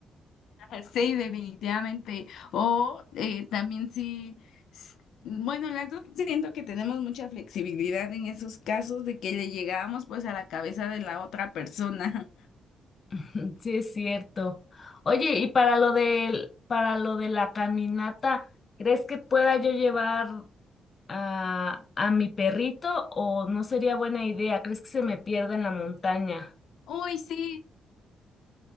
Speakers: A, on the left; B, on the left.
A: <laughs> sí, definitivamente, o eh, también sí, s- bueno, las dos siento que tenemos mucha flexibilidad en esos casos de que le llegábamos pues a la cabeza de la otra persona.
B: <laughs> Sí, es cierto. Oye, y para lo del, para lo de la caminata, ¿crees que pueda yo llevar? a, a mi perrito o no sería buena idea? ¿Crees que se me pierda en la montaña?
A: <laughs> Uy, sí,